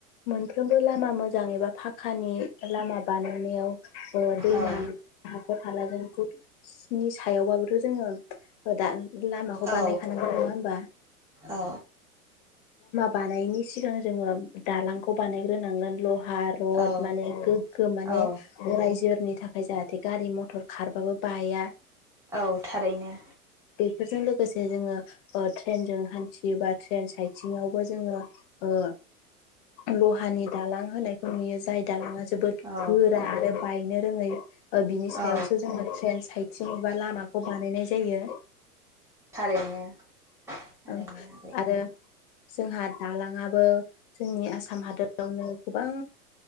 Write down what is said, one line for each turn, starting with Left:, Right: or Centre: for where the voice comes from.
Left: मोनफ्रोमबो लामा मोजां एबा फाख खानि लामा बानायनायाव ओ दैमा
Centre: औ
Left: हाखर-हालाजों। नि सायावबाबोथ' जोङो दा लामाखौ
Centre: औ
Left: बानायखानांगौ नङा होमबा?
Centre: औ
Left: बानायनि सिगां जोङो दालांखौ बानायग्रोनांगोन ल हा रत
Centre: औ
Left: माने गोग्गो माने
Centre: औ
Left: रायजो नि थाखाय जाहाथे गारि मथर खारबाबो बाया
Centre: औ थारैनो
Left: फोरजों लोगोसे जोङो ओ ट्रेनजों हान्थियो बा ट्रेन साइ सिङावबो जोङो ओ लहानि दालां होनायखौ नुयो जाय दालाङा जों जोबोद
Centre: औ
Left: गोरा आरो बायनो रोङै ओ बिनि सायावसो
Centre: औ
Left: जोङो ट्रेन साइथिं बा लामाखौ बानायनाय जायो
Centre: थारैनो थारैनो
Left: ओ
Centre: आगै
Left: आरो जोंहा दालाङाबो जोंनि आसाम हादरावनो गोबां